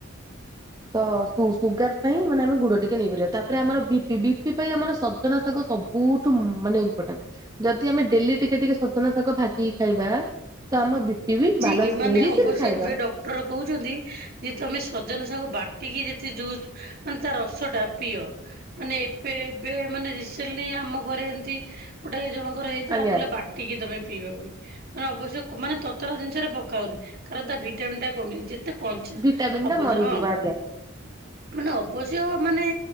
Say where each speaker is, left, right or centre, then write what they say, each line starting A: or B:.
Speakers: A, on the right; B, on the right.
A: ତ ସୁ ସୁଗାର ପାଇଁ ମାନେ ଆମେ ଗୁଡ଼ ଟିକେ ନେଇପାରିବା ତାପରେ ଆମର ବି ପି ବି ପି ପାଇଁ ଆମର ସଜନା ଶାଗ ସବୁଠୁ ମାନେ ଯଦି ଆମେ ଡେଲି ଟିକେ ଟିକେ ସଜନା ଶାଗ ଭାଜିିକି ଖାଇବା ତ ଆମ ବିପି ବି ବାଲାନ୍ସ
B: ଏ ମାନେ
A: ମେଡିସିନ
B: ଅବଶ୍ୟ
A: ଖାଇବା
B: ଏବେ ଡକ୍ଟର କହୁଛନ୍ତି ଯେ ତମେ ସଜନା ଶାଗ ବାଟିକି ଯେ ଯୋଉ ମାନେ ତା ରସଟା ପ୍ରିୟ ମାନେ ଏବେ ଏବେ ମାନେ ରିସେଣ୍ଟଲି ଆମ ଘରେ ଏମିତି ଗୋଟେ ଏ ଜଣଙ୍କର ହେଇଥିଲା
A: ଆଜ୍ଞା
B: କହିଲେ ବାଟିକି ତମେ ପିଇବା ପାଇଁ ମାନେ ଅବଶ୍ୟ ମାନେ ତତଳା ଜିନିଷରେ ପକାଉନି କାରଣ ତା ଭିଟାମିନନ୍ ଟା କମିନି ଯେ ଏତେ କଞ୍ଚା
A: ଭିଟାମିନ
B: ଅବଶ୍ୟ
A: ଟା ମରିଯିବ
B: ହଁ
A: ଆଜ୍ଞା।
B: ମାନେ ଅବଶ୍ୟ ମାନେ